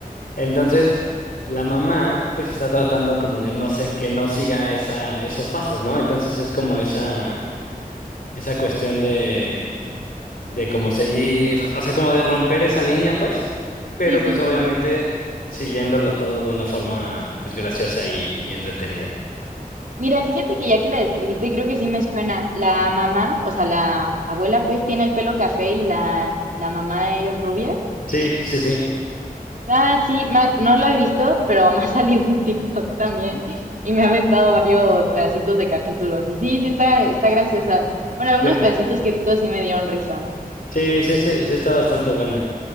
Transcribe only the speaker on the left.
Entonces, la mamá, pues, está tratando como de no sé, que no siga esa, esos pasos, ¿no? Entonces es como esa esa cuestión de, de como seguir, o sea, como de romper esa línea, pues, pero
pues obviamente siguiéndolo todo de una forma pues graciosa y, y entretenida.
Sí, sí, sí,
sí.
Sí, sí, sí, sí está bastante buena.